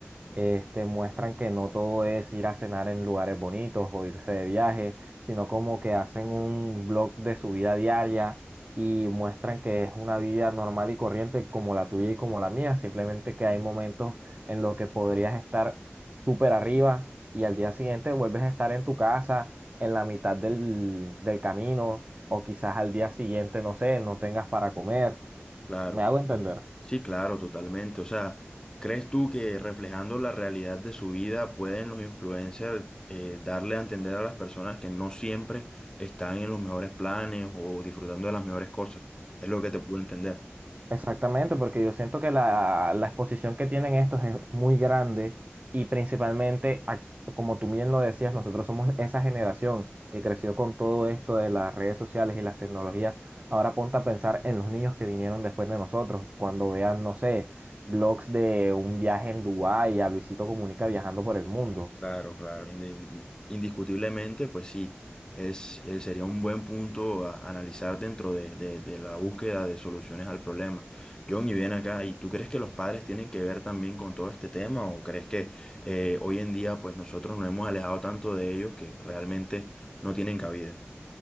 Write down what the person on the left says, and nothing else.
Claro.
Sí, claro, totalmente. O sea, ¿crees tú que reflejando la realidad de su vida pueden los influencers eh, darle a entender a las personas que no siempre están en los mejores planes o disfrutando de las mejores cosas? Es lo que te puedo entender.
Claro, claro, indi- indiscutiblemente, pues sí, es, eh, sería un buen punto a analizar dentro de, de- de la búsqueda de soluciones al problema. John, y bien acá, ¿y tú crees que los padres tienen que ver también con todo este tema o crees que eh, hoy en día pues nosotros nos hemos alejado tanto de ellos que realmente no tienen cabida?